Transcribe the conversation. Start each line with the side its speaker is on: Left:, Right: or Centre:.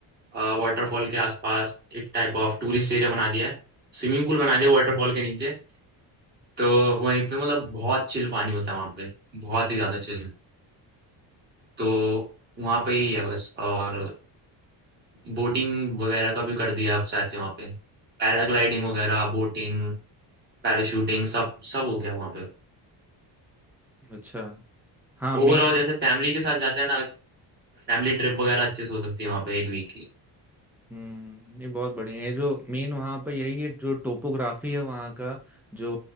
Right: वाटरफॉल के आसपास एक टाइप ऑफ टूरिस्ट एरिया बना दिया है स्विमिंग पूल बना दिया वाटरफॉल के नीचे तो वहीं पे मतलब बहुत चिल पानी होता है वहाँ पे बहुत ही ज्यादा चिल तो वहाँ पे यही है बस और बोटिंग वगैरह का भी कर दिया आप शायद से वहाँ पे पैराग्लाइडिंग वगैरह बोटिंग पैराशूटिंग सब सब हो गया वहाँ पे
Centre: हम्म। अच्छा हाँ मेन
Right: ओवरऑल जैसे फैमिली के साथ जाते हैं ना फैमिली ट्रिप वगैरह अच्छे से हो सकती है वहाँ पे एक वीक की
Centre: हम्म ये बहुत बढ़िया है जो मेन वहाँ पे यही है जो टोपोग्राफी है वहाँ का जो